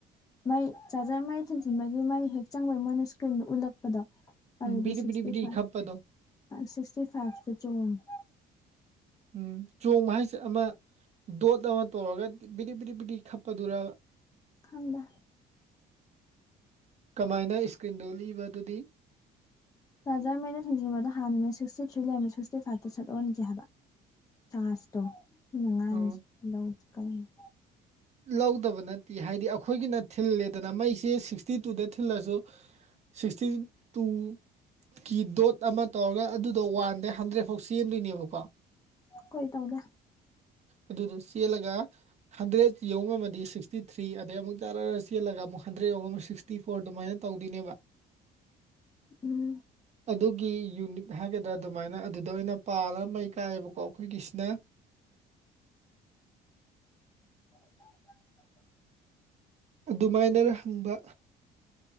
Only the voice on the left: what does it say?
ꯃꯩ ꯆꯥꯔꯖꯔ ꯃꯩ ꯊꯤꯟꯖꯤꯟꯕꯒꯤ ꯃꯩ ꯍꯦꯛ ꯆꯪꯕꯒꯤ ꯃꯣꯏꯅ ꯏꯁꯀ꯭ꯔꯤꯟꯗꯨ ꯎꯠꯂꯛꯄꯗꯣ ꯑꯗꯨꯗ
ꯁꯤꯛꯁꯇꯤ
ꯐꯥꯏꯞ
ꯁꯤꯛꯁꯇꯤ ꯐꯥꯏꯞꯇ ꯆꯣꯡꯉꯤ
ꯈꯪꯗꯦ
ꯆꯥꯔꯖꯔꯃꯩꯗ ꯊꯤꯡꯖꯤꯟꯕꯗꯣ ꯍꯥꯟꯅ ꯁꯤꯛꯁꯇꯤ ꯊ꯭ꯔꯤ ꯂꯩꯔꯝ ꯁꯤꯛꯁꯇꯤ ꯐꯥꯏꯚꯇ ꯁꯠ ꯑꯣꯟꯒꯤ ꯍꯥꯏꯕ ꯆꯥꯔꯁ ꯇꯣ ꯃꯤꯅ ꯉꯥꯡꯏꯁꯦ
ꯂꯧꯗꯦ ꯀꯩꯅꯣ
ꯀꯣꯏ ꯇꯧꯗꯦ
ꯎꯝ
<unintelligible>